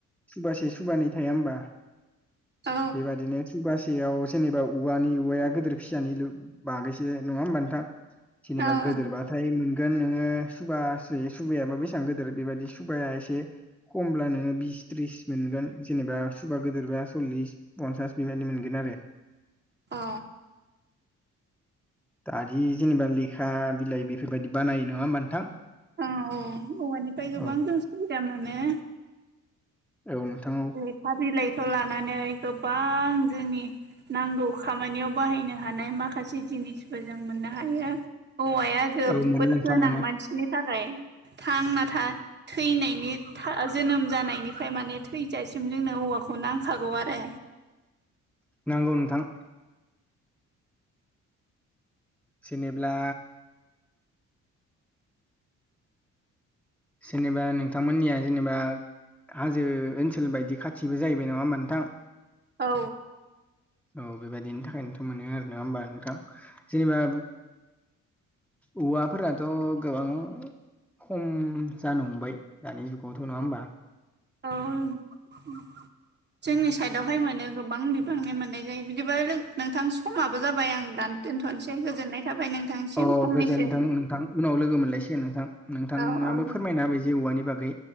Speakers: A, in the centre; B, on the right.
A: सुबासे सुबानै थाया होमबा
B: औ
A: बेबादिनो सुबासेयाव जेनेबा औवानि औवाया गिदिर फिसानि बागैसो नङा होमबा नोंथां जेनेबा
B: औ
A: गेदेर बा थाय मोनगोन नोङो सुबा सुबायाबा बेसेबां गिदिर बेबायदि सुबाया एसे खमब्ला नोङो बिस थ्रिस मोनगोन जेनेबा सुबा गिदिर बा सल्लिस पन्सास बेबायदि मोनगोन आरो
B: अ
A: दादि जेनेबा लेखा बिलाइ बेफोरबायदि बानायो नङा होमबा नोंथां
B: औ औ औवानिफ्राय गोबां
A: औ
B: जों सुबिदा मोनो
A: औ नोंथां औ
B: लेखा बिलाइखौ लानानै गोबां जोंनि नांगौ खामानियाव बाहायनो हानाय माखासे जिनिसफोर जों मोननो हायो औवाया जोबोद
A: औ मोनो नोंथां
B: गोनां
A: मोनो
B: मानसि नि थाखाय थांना था थैनायनि जोनोम जानायनिफ्राय माने थैजासिम जोंनो औवाखौ नांखागौ आरो
A: नांगौ नोंथां जेनेब्ला जेनेबा नोंथांमोननिया जेनेबा हाजो ओनसोल बायदि खाथिबो जाहैबाय नङा होमबा नोंथां
B: औ
A: औ बेबायदिनि थाखायनोंथ' मोनो आरो नङा होमबा नोंथां जेनेबा औवाफोरा थ' गोबां खम जानो हमबाय दानि जुगावथ' नङा होमबा
B: औ जोंनि साइडावहाय मोनो गोबां बिफांनि मोननाय जायो बिदिबा नोंथां समाबो जाबाय आं दान दोनथ'नोसै गोजोननाय थाबाय नोंथांनिसिम
A: अ
B: फंनैसो
A: गोजोनथों नोंथां उनाव लोगो मोनलायसिगोन नोंथां नोंथाङाबो
B: औ औ दे
A: फोरमायना होबाय जे औवानि बागै